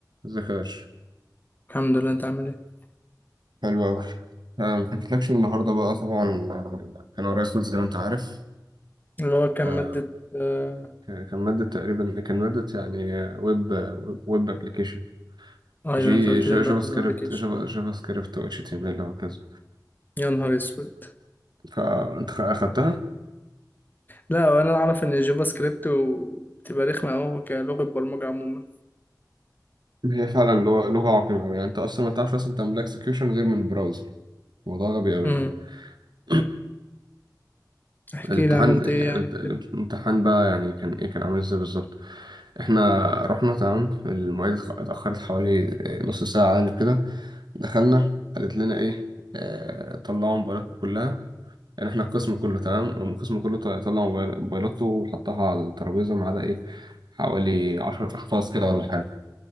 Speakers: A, on the right (about 80°); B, on the left (about 25°).
A: ذكر
B: الحمد لله انت عامل ايه
A: حلو أوي أنا محكيتلكش النهاردة بقى طبعا آه، كان ورايا كود زي ما أنت عارف
B: اللي هو كان
A: آه،
B: مادة آه...
A: ك- كان مادة تقريبا كان مادة يعني آه، ويب آه، ويب أبلكيشن
B: ايوه
A: جي
B: انت قلت
A: جا-
B: لي امبارح
A: جافا
B: في
A: سكريبت
B: الابلكيشن
A: جافا جافا سكريبت و اتش تي ام ال وهكذا
B: يا نهار اسود
A: فأنت خ- أخدتها
B: لا وانا اعرف ان الجافا سكريبت و- بتبقى رخمة اوي كلغة برمجة عموما
A: هي فعلا لغة لغة عقيمة أوي يعني أنت أصلا ما تعرفش أصلا تعمل اكسكيوشن غير من البراوزر موضوع غبي أوي
B: امم
A: يعني <clears throat>
B: احكي
A: الامتحان
B: لي عملت
A: يعني
B: ايه يعني
A: الامتحان
B: كده
A: بقى يعني كان ايه كان عامل ازاي بالظبط احنا رحنا تمام المعيدة اتأخرت حوالي نص ساعة يعني كده دخلنا قالت لنا ايه آه طلعوا موبايلاتكم كلها يعني احنا القسم كله تمام القسم كله طلع طلع موبايل- موبايلاته وحطها على الترابيزه ما عدا ايه حوالي عشر اشخاص كده ولا حاجه